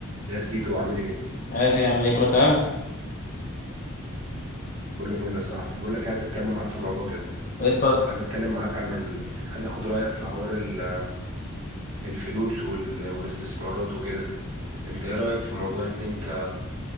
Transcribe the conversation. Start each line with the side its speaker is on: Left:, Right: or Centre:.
Right: يا سيدو عامل ايه
Left: عايزين نعمل ايه كله تمام
Right: كله فل يا صاحبي بقول لك إيه، عايز اتكلم معاك في موضوع كده
Left: إيه، اتفضل
Right: عايز اتكلم معاك عن ال... يعني عايز اخد رايك في حوار ال- الفلوس وال... والاستثمارات وكده انت ايه رايك في موضوع ان انت